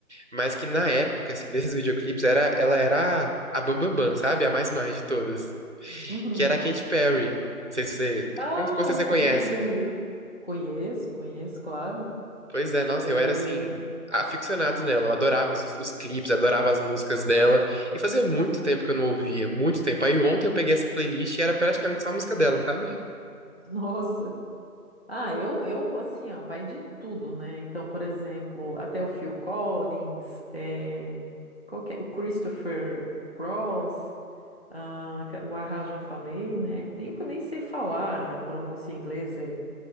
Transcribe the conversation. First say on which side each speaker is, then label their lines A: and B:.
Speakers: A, on the right; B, on the left.
A: mas que na época assim desses videoclipes era ela era a Bam Bam Bam, sabe? A mais mais de todas
B: uhum.
A: que era a Katy Perry. Não sei se você.
B: Ah,
A: Com, com certeza
B: sim,
A: você conhece, né?
B: aham. Conheço, conheço, claro.
A: Pois é, nossa,
B: É, <laughs>
A: eu era assim, aficionado nela. Eu adorava os, os clipes, adorava as músicas dela. E fazia muito tempo que eu não ouvia, muito tempo. Aí ontem eu peguei essa playlist e era praticamente só a música dela, sabe?
B: nossa. Ah, eu, eu, assim, ó, vai de tudo, né? Então, por exemplo, até o Phil Collins, é, qual que é? O Christopher Cross, ah, ca- o Ahá já falei, né? Tem um que eu nem sei falar, a pronúncia em inglês é